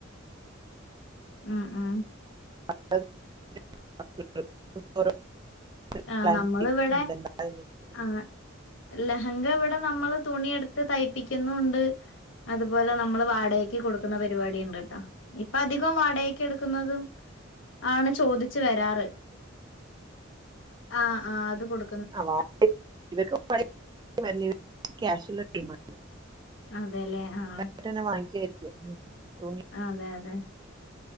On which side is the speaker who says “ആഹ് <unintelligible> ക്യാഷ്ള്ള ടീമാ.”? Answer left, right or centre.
Right